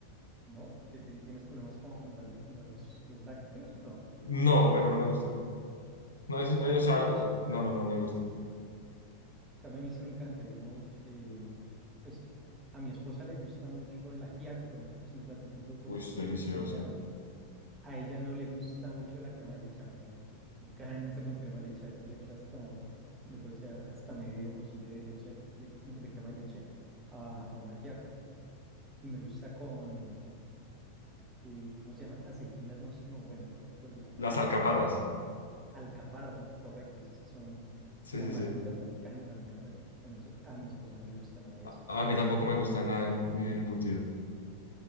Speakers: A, on the right; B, on the left.
A: No, porque te- tienes problemas con la- los, los lácteos. No.
B: No, pero no me gusta. No, es- eh,
A: Ah, no
B: o sea,
A: te gusta como
B: no,
A: tal.
B: no,
A: En
B: no me gusta.
A: cambio, a mí sí me encanta, digamos, eh, pues a mi esposa le gusta mucho el ajiaco, por ejemplo, que es un plato típico,
B: Uy, es
A: típico
B: delicioso.
A: colombiano. A ella no le gusta mucho la crema de leche. A mí me encanta con crema de leche. A veces le echo hasta, le puedo echar hasta medio pocillo de leche, de, de crema de leche a, a un ajiaco. Y me gusta con, eh, ¿cómo se llaman? Aceitunas, no, sino, bueno, no recuerdo cómo
B: Las
A: se llaman,
B: alcaparras.
A: eh, unas alcaparras, mo- correcto, esas que son
B: Sí,
A: como
B: sí,
A: amarguitas.
B: sí.
A: Me encanta, me encanta co- con eso. A mi esposa no le gusta nada de
B: A,
A: eso.
B: a mí tampoco me gusta nada en- embutido.